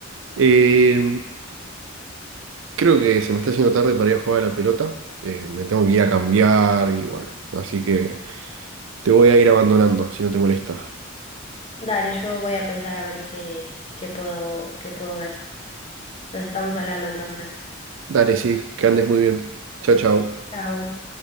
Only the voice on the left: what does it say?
Dale, yo voy a pensar a ver qué, qué puedo, qué puedo ver. Nos estamos hablando entonces.
Chao.